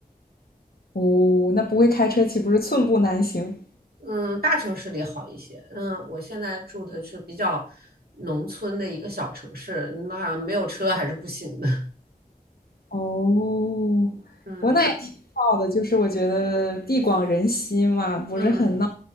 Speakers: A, on the left; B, on the right.
A: 哦，那不会开车岂不是寸步难行？
B: 嗯，大城市里好一些。嗯，我现在住的是比较农村的一个小城市，那没有车还是不行的。
A: 哦，
B: 嗯
A: 不过那也挺好的，就是我觉得地广人稀嘛，不是很闹
B: 嗯